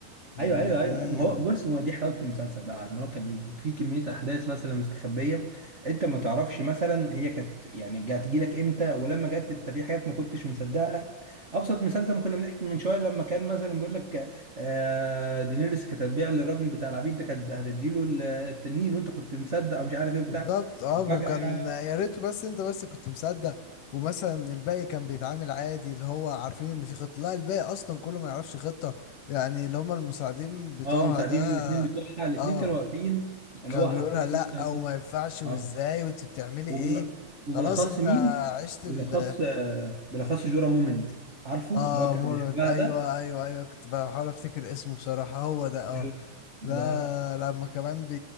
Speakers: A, on the left; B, on the right.
A: إن
B: ايوه ايوه ايوه
A: دي
B: أيوة. ما هو بص هو دي حلاوه المسلسل بقى ان هو كان بي- في كميه احداث مثلا مستخبيه انت ما تعرفش مثلا هي كانت يعني جات لك امتى ولما جت انت في حاجات ما كنتش مصدقها ابسط مثال زي ما كنا بنحكي من شويه لما كان مثلا بيقول لك آه دينيريس كانت هتبيع للراجل بتاع العبيد ده كانت هتديله ال- التنين وانت كنت مصدق او مش عارف ايه بتاع
A: بالظبط اه
B: فجاه
A: وكان يا ريت بس انت بس كنت مصدق ومثلا الباقي كان بيتعامل عادي اللي هو عارفين ان في خطة لا الباقي اصلا كله ما يعرفش خطة يعني اللي هم المساعدين بتوعها
B: اه مساعدين
A: ده
B: الاثنين بتوعها الاثنين
A: اه
B: كانوا واقفين اللي
A: كان
B: هو
A: بيقولها
B: حرفيا
A: لا
B: مثلا
A: او ما ينفعش وازاي
B: اه
A: وانت بتعملي
B: وبال...
A: ايه
B: وبالاخص
A: خلاص انت
B: مين
A: عشت
B: بالاخص
A: ال
B: آه، بالاخص جورا مومنت عارفه
A: اه
B: اللي هو كان
A: مورنت
B: بيحبها
A: ايوه
B: ده
A: ايوه ايوه كنت بحاول افتكر اسمه بصراحة هو ده اه
B: جورا ده
A: لا
B: لا
A: لما كمان بي